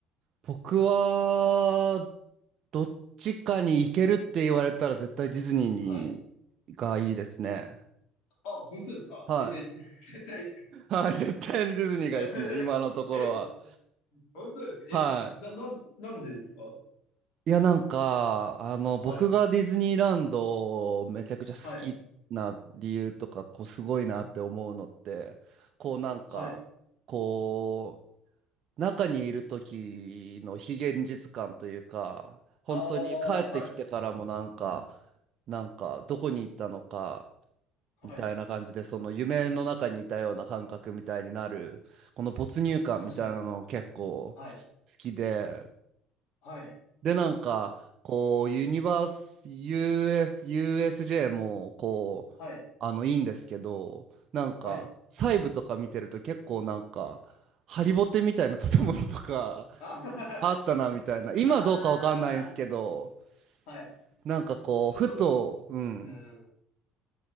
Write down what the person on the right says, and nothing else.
僕は、どっちかに行けるって言われたら絶対ディズニーにがいいですね。
はい。
はい。絶対にディズニーがいいですね。
今のところは。
はい。
いや、なんか、あの、僕がディズニーランドをめちゃくちゃ好きな理由とか、
こう、すごいなって思うのって、こう、なんか、
こう、中にいる時の非現実感というか、本当に帰ってきてからもなんか、
なんか、どこに行ったのか、みたいな感じで、
その夢の中にいたような感覚みたいになる、この没入感みたいなの結構好
きで、
で、なんか、こう、ユニバース、UF、USJ も、こう、
あの、いいんですけど、なんか、
細部とか見てると結構なんか、ハリボテみたいな建物とか、<laughs>
あったな、みたいな。今どうかわかんないんですけど、
なんかこう、
ふと、うん、